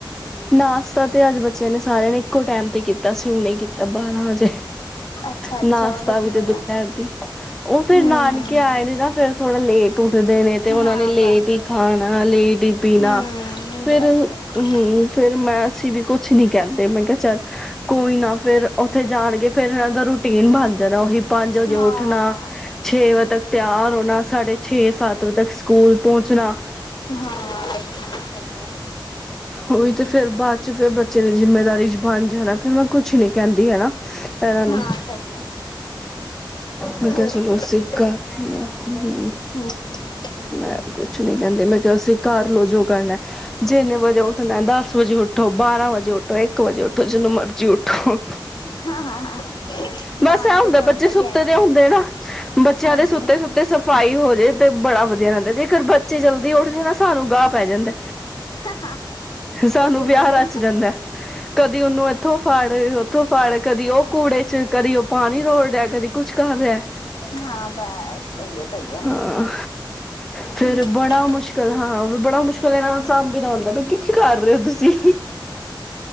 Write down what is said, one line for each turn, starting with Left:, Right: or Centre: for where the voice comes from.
Centre: ਨਾਸ਼ਤਾ ਤੇ ਅੱਜ ਬੱਚਿਆਂ ਨੇ ਸਾਰਿਆਂ ਨੇ ਇੱਕੋ ਟਾਈਮ ਤੇ ਕੀਤਾ ਸੀ ਹੁਣੇ ਕੀਤਾ ਬਾਰਾਂ ਵਜੇ।
Left: ਅੱਛਾ ਅੱਛਾ
Centre: ਨਾਸ਼ਤਾ
Left: ਵਧੀਆ
Centre: ਵੀ ਤੇ
Left: ਹੈ
Centre: ਦੁਪਹਿਰ ਦੀ ਉਹ ਫੇਰ
Left: ਹਮ
Centre: ਨਾਨਕੇ
Left: ਹਮ
Centre: ਆਏ ਨੇ ਨਾ ਫੇਰ ਥੋੜਾ ਲੇਟ ਉੱਠਦੇ ਨੇ ਤੇ ਉਹਨਾ
Left: ਹਾਂ
Centre: ਨੇ ਲੇਟ
Left: ਬਸ
Centre: ਹੀ ਖਾਣਾ ਲੇਟ ਤੇ ਪੀਣਾ
Left: ਹਮ
Centre: ਫਿਰ
Left: ਬਸ ਬਸ
Centre: ਹੂੰ ਫਿਰ ਮੈਂ ਅਸੀਂ ਵੀ ਕੁਛ ਨੀ ਕਹਿੰਦੇ ਮੈਂ ਕਿਹਾ ਚੱਲ ਕੋਈ ਨਾ ਫੇਰ ਉੱਥੇ ਜਾਣਗੇ ਫੇਰ ਇਹਨਾਂ ਦਾ ਰੂਟੀਨ ਬਣ ਜਾਣਾ ਉਹੀ। ਪੰਜ ਵਜੇ
Left: ਹਾਂ
Centre: ਉੱਠਣਾ ਛੇ ਵਜੇ ਤੱਕ ਤਿਆਰ ਹੋਣਾ ਸਾਢੇ ਛੇ ਸੱਤ ਤੱਕ ਸਕੂਲ ਪਹੁੰਚਣਾ।
Left: ਹਾਂ ਸਹੀ ਹੈ।
Centre: ਉਹੀ ਤੇ ਫੇਰ ਬਾਅਦ ਚ ਫਿਰ ਬੱਚੇ ਦੀ ਜਿੰਮੇਦਾਰੀ ਚ ਬਣ ਜਾਣਾ। ਫਿਰ ਮੈਂ ਕੁਛ ਨੀ ਕਹਿੰਦੀ ਹਨਾ ਇਹਨਾਂ ਨੂੰ
Left: ਹਾਂ ਸਹੀ ਹੈ
Centre: ਮੈਂ
Left: ਹੋਰ
Centre: ਕਿਹਾ ਚਲੋ
Left: ਕੀ ਹਮ,
Centre: ਸਿੱਖ ਹੂੰ,
Left: ਹਮ, ਹਮ,
Centre: ਮੈਂ ਕੁਛ ਨੀ ਕਹਿੰਦੀ ਮੈਂ ਕਿਹਾ ਸੀ ਕਰ ਲੋ ਜੋ ਕਰਨਾ ਜਿੰਨੇ ਵਜੇ ਉੱਠਣਾ, ਦਸ ਵਜੇ ਉੱਠੋ, ਬਾਰਾਂ ਵਜੇ ਉੱਠੋ, ਇੱਕ ਵਜੇ ਉੱਠੋ, ਜਿਦੋ ਮਰਜ਼ੀ ਉੱਠੋ।
Left: ਹਾਂ ਹਾਂ ਹਾਂ
Centre: ਬਸ
Left: ਨਾਨਕੇ
Centre: ਇਹ ਹੁੰਦਾ
Left: ਤੇ
Centre: ਬੱਚੇ
Left: ਹੀ
Centre: ਸੁੱਤੇ
Left: ਹੈ
Centre: ਦੇ ਹੁੰਦੇ ਨੇ ਨਾ, ਬੱਚਿਆਂ
Left: ਹਾਂਜੀ
Centre: ਦੇ ਸੁੱਤੇ-ਸੁੱਤੇ ਸਫ਼ਾਈ ਹੋ ਜਾਏ ਤੇ ਬੜਾ ਵਧੀਆ ਰਹਿੰਦਾ ਜੇ ਕਰ ਬੱਚੇ ਜਲਦੀ ਉੱਠ ਜਾਨ ਤੇ ਸਾਨੂੰ ਗਾਹ ਪੈ ਜਾਂਦਾ
Left: ਸਹੀ
Centre: ਸਾਨੂੰ
Left: ਹੈ
Centre: ਵਿਆਹ
Left: ਸਹੀ
Centre: ਰਚ
Left: ਹੈ
Centre: ਜਾਂਦਾ ਕਦੀ ਉਹਨੂੰ ਇੱਥੋਂ ਫੜ, ਉੱਥੋ ਫੜ ਕਦੇ ਕਦੀ ਉਹ ਕੂੜੇ ਚ, ਕਦੀ ਉਹ ਪਾਣੀ ਰੋੜ ਰਿਹਾ ਕਦੀ ਕੁਛ ਕਰ ਰਿਹਾ।
Left: ਹਾਂ ਬਸ ਸਹੀ ਹੈ ਸਹੀ ਹੈ
Centre: ਹਾਂ, ਫੇਰ
Left: ਹਮ।
Centre: ਬੜਾ ਮੁਸ਼ਕਿਲ ਹਾਂ ਬੜਾ ਮੁਸ਼ਕਿਲ ਇਨ੍ਹਾਂ ਨੂੰ ਸਾਬਨਾ ਹੋਂਦਾ। ਕੀ-ਕੀ ਕਰ ਰਹੇ ਹੋ ਤੁਸੀਂ,